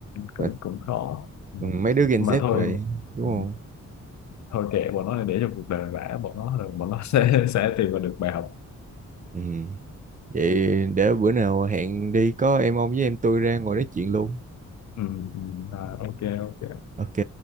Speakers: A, on the left (about 70°); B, on the right (about 25°).
A: cũng
B: Và
A: cũng khó ừ.
B: mấy đứa Gen
A: mà
B: Z
A: thôi
B: rồi đúng
A: ừ.
B: không
A: thôi kệ bọn nó để cho cuộc đời vả bọn nó rồi bọn nó <laughs> sẽ sẽ tìm ra được bài học
B: ừ. Vậy để bữa nào hẹn đi có em ông với em tôi ra ngồi nói chuyện luôn.
A: ừ. ừ. À, ok ok
B: Ok.